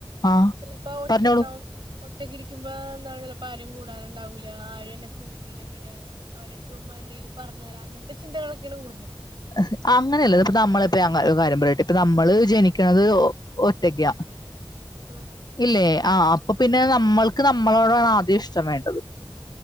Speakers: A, on the left (about 50°); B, on the right (about 65°).
A: ആഹ്
B: ചെലപ്പോ ഒറ്റക്കാവും
A: പറഞ്ഞോളൂ
B: ഒറ്റക്കിരിക്കുമ്പോ ന്താണല്ലോ പ്പാരേം കൂടാന്ണ്ട് - ഉണ്ടാവൂ ആരുംന്നെ കൂട്ടിയില്ലെങ്കില് അവരടെടുത്ത് പോകുമ്പോ എന്തേ പറഞ്ഞലോ അങ്ങൻത്തെ ചിന്തകളൊക്കെയാണ് കൂടുതല്
A: എഹ് അങ്ങനെയല്ലത്പ്പത് ന്നമ്മളിപ്പരങ്ങനൊരു കാര്യം പറയട്ടെ ഇപ്പ ന്നമ്മള് ജനിക്കണത് ഒറ്റക്കാ
B: ഉം
A: ഇല്ലേ ആഹ് അപ്പൊ പിന്നെ നമ്മൾക്ക് നമ്മളോടാണ് ആദ്യം ഇഷ്ടം വേണ്ടത്